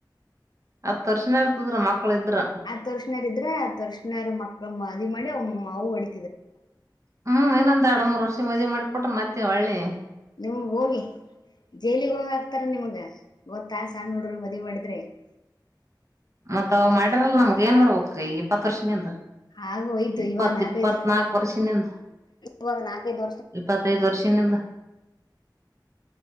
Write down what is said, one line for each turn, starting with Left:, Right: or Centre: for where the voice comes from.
Right: ಹತ್ ವರ್ಷನ ಇರ್ತದ್ರ ಮಕ್ಳ ಇದ್ರ
Left: ಆ ತರ್ಷನಾರ್ ಇದ್ರೆ ಆ ತರ್ಷನಾರ್ ಮಕ್ಕ ಮ್ಮ <inaudible> ಮದುವೆ ಮಾಡಿ ಅವ್ ವು ಅಡ್
Right: ಹ್ಮ್ ಇನೊಂದ ಯಾಡ್ ಮೂರ್ ವರ್ಷ ಮದುವೆ ಮಾಡ್. ಕೊಟ್ರ ಮತ್ತೆ ಒಳ್ಳಿ.
Left: ನಿಮ ಹೋಗಿ ಜೈಲಗ್ ಹೋಗ ಆಕ್ತಾರ ನಿಮಗ ಗ ತಾಯ ಹಣ್ಣ ನೋಡ್ರಿ ಮದ್ವಿ ಮಾಡಿದ್ರೆ. <inaudible>
Right: ಮತ್ತಾ ಅವಾಗ ಮಾಡಿರಲ್ ನಮ್ಗ ಏನ್ ಮಾಡ್ಬೇಕ ಈ ಇಪ್ಪತ್ ವರ್ಷ ನಿಂದ
Left: ಆಗ ಹೋಯ್ತು
Right: ಇಪ್ಪತ್
Left: ಇವಾಗ ನಾಲ್ಕೈದು
Right: ಇಪ್ಪತ್ ನಾಕ್ ವರ್ಷನಿಂದ
Left: ಇವಾಗ ನಾಲ್ಕೈದು
Right: ಇಪ್ಪತೈದು ವರ್ಷ ನಿಂದ.